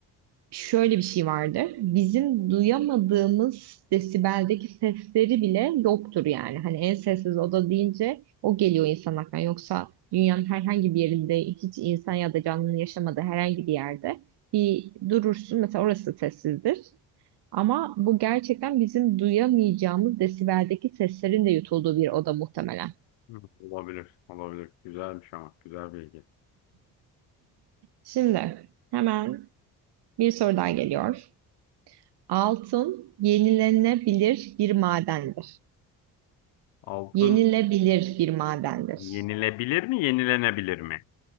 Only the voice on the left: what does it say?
Hı, Olabilir, olabilir. Güzelmiş ama, güzel bilgi.
Altın
Yenilebilir mi, yenilenebilir mi?